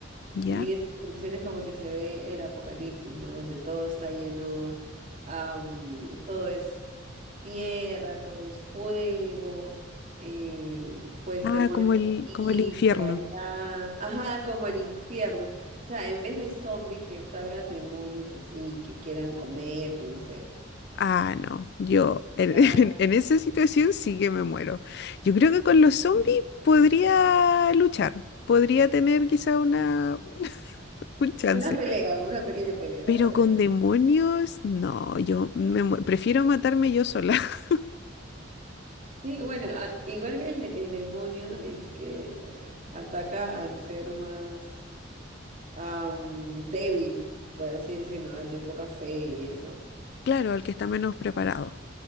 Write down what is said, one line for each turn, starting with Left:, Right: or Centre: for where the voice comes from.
Left: ¿Ya?
Right: Y en esas canciones como que se ve el apocalipsis, ¿no? Donde todo está lleno, am, todo es tierra, todo es fuego, eh, pues
Left: Ah,
Right: demonios
Left: como
Right: por
Left: el,
Right: aquí,
Left: como el infierno.
Right: por allá, ajá, como el infierno. O sea, en vez de zombies que salgan demonios así, que quieran comerte, no sé.
Left: Ah, no, yo en,
Right: Ya,
Left: <laughs> en- en esa situación sí que me muero. Yo creo que con los zombies podría luchar, podría tener quizá una, <laughs> un chance.
Right: una pelea, una pequeña pelea.
Left: Pero con
Right: <laughs>
Left: demonios, no, yo me mu- prefiero matarme yo sola. <laughs>
Right: Sí, bueno, a- igual que el, de- el demonio dice que ataca al ser más... am, débil, por así decirlo, al de poca fe y eso.
Left: Claro, al que está menos preparado.